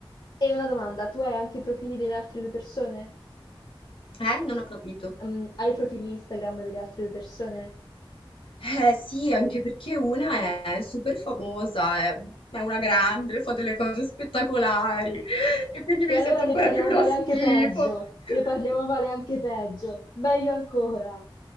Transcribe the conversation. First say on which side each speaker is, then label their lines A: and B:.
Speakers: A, on the left; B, on the left.
A: E una domanda, tu hai anche i profili delle altre due persone?
B: Eh, non ho capito.
A: Mm, hai i profili Instagram delle altre due persone?
B: Eh, sì, anche perché una è super famosa, è, è una grande, fa delle cose spettacolari e quindi mi
A: E allora
B: sento
A: ne
B: ancora
A: parliamo
B: più uno
A: male
B: schifo.
A: anche peggio,
B: <laughs>
A: ne parliamo male anche peggio, meglio ancora.